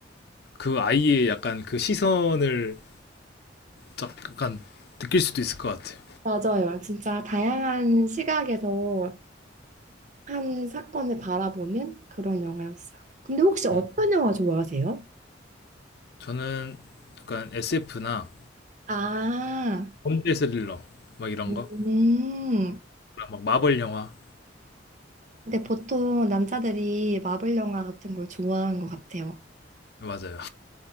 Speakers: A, on the left; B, on the right.
A: 그 아이의 약간 그 시선을 짝- 약간 느낄 수도 있을 것 같아요.
B: 맞아요. 진짜 다양한 시각에서 한 사건을 바라보는 그런 영화였어요. 근데 혹시 어떤
A: 음.
B: 영화 좋아하세요?
A: 저는 약간 SF나
B: 아,
A: 범죄 스릴러 막 이런
B: 음.
A: 거. 그런 막 마블 영화.
B: 근데 보통 남자들이 마블 영화 같은 걸 좋아하는 것 같아요.
A: 맞아요.